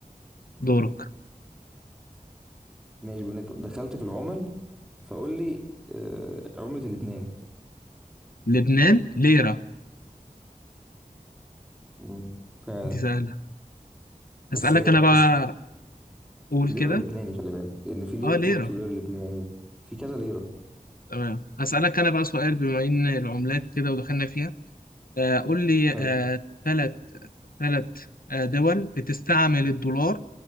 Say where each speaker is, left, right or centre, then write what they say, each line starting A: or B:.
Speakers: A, on the left (about 75°); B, in the centre.
A: دورك
B: ماشي بيقول لك دخلت في العمل فقول لي آه، عملة لبنان
A: لبنان ليرة
B: مم، فعلا
A: دي سهلة أسألك
B: بس هي
A: أنا بقى قول
B: ليرة
A: كده
B: لبناني خلي بالك لأن في ليرة
A: أه ليرة
B: تركي وليرة لبناني في كذا ليرة
A: تمام هسألك أنا بقى سؤال بما إن العملات كده ودخلنا فيها آه قول لي
B: حلو
A: ثلاث آه ثلاث ثلاث آه، دول بتستعمل الدولار